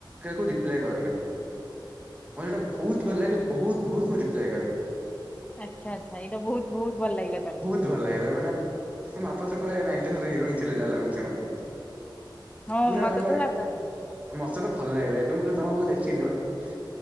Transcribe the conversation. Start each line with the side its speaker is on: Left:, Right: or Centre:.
Right: କାକୁ ରିପ୍ଲାଏ କରିନି। ମୋତେ ଏଇଟା ବହୁତ୍ ଭଲ ଲାଗେ ବହୁତ୍ ବହୁତ୍ ମୁଁ ରିପ୍ଲାଏ କରେ।
Left: ଆଚ୍ଛା ଆଚ୍ଛା ଏଇଟା ବହୁତ୍ ବହୁତ୍ ଭଲ ଲାଗିଲା ତାହଲେ।
Right: ତୁ ଭଲ ଲାଗିଲା ମାନେ। ସେ ମାପ ଯୁପରେ ନାଁ ଏମିତିରେ ପୁରା ହିରୋ ହିଁ ଥିଲେ ଯାହା ଲାଗୁଛି ମତେ
Left: ହଁ
Right: ପୁରା
Left: ମତେ
Right: ମାନେ
Left: ତ ଲାଗନ୍ତି
Right: ମୋତେ ତ ଭଲ ଲାଗିଲା ଏବେ ମୁଁ କଇନି ତମକୁ ଦେଖିନି ବୋଧେ।